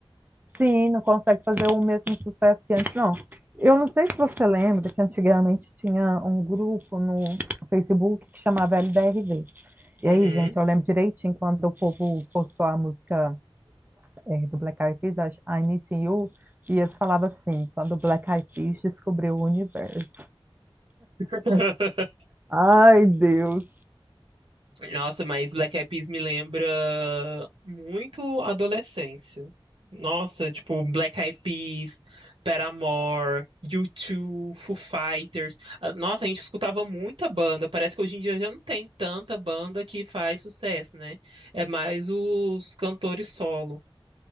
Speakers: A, on the right (about 20°); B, on the right (about 65°).
A: Sim, não consegue fazer o mesmo sucesso que antes, não. Eu não sei se você lembra que antigamente tinha um grupo no Facebook que chamava LDRV.
B: Uhum.
A: E aí, gente, eu lembro direitinho quando o povo postou a música eh, do Black Eyed Peas, acho, I'm Missing You, e eles falavam assim, quando o Black Eyed Peas descobriu o universo.
B: <laughs>
A: Ai, Deus.
B: Nossa, mas Black Eyed Peas me lembra muito a adolescência. Nossa, tipo, Black Eyed Peas, Paramore, U2, Foo Fighters. Ah, Nossa, a gente escutava muita banda. Parece que hoje em dia já não tem tanta banda que faz sucesso, né? É mais os cantores solo.